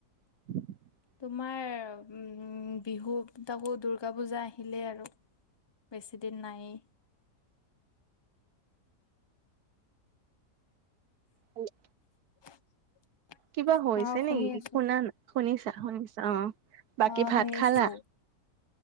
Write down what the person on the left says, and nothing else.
তোমাৰ উম বিহু তাকো দূৰ্গা পূজা আহিলেই আৰু। বেছিদিন নাইয়ে।
<inaudible>
অ' শুনি
আছো।
অ'
শুনিছো।